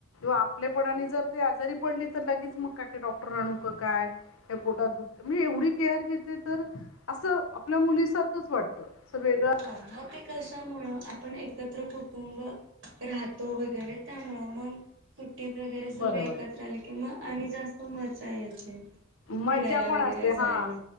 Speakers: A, on the left; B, on the right.
A: आपल्यापणाने जर त आजारी पडली तर लगेच मग का डॉक्टर आणू काय पोटात ब म्हणजे एवढी केअर घेते तर असं आपल्या मुलीसारखंच वाट वाटत अस वेग
B: हो मग ते कशा मुळे आपण एकत्र कुटुंब राहतो. तो वगैरे त्यामुळं मग सुट्टीत वगैरे सगळे
A: बरोबर
B: एकत्र आले कि मग आणि जास्त खूप मजा येते
A: मज्जा
B: फिरायला
A: पण
B: वगैरे
A: असते
B: जायला
A: हा,